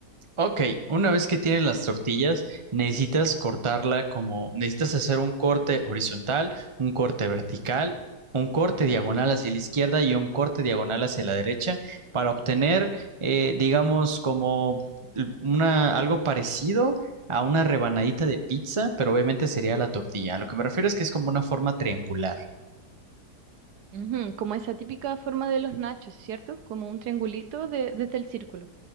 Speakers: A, on the right; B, on the right.
A: Ok, una vez que tienes las tortillas, necesitas cortarla como, necesitas hacer un corte horizontal, un corte vertical, un corte diagonal hacia la izquierda y un corte diagonal hacia la derecha para obtener, eh, digamos, como l- una, algo parecido a una rebanadita de pizza, pero obviamente sería la tortilla. A lo que me refiero es que es como una forma triangular.
B: Ujú, como esa típica forma de los nachos, ¿cierto? Como un triangulito de- desde el círculo.